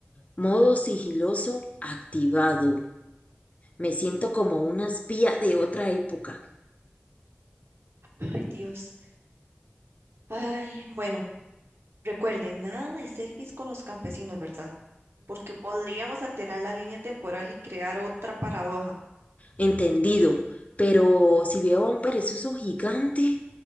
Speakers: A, on the left; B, on the right.
A: Modo sigiloso activado. Me siento
B: Mm.
A: como una espía de otra época.
B: Ay, Dios. Ay, bueno, recuerde, nada de selfies con los campesinos, ¿verdad? Porque podríamos alterar la línea temporal y crear otra paradoja.
A: Entendido, pero si veo a un perezoso gigante,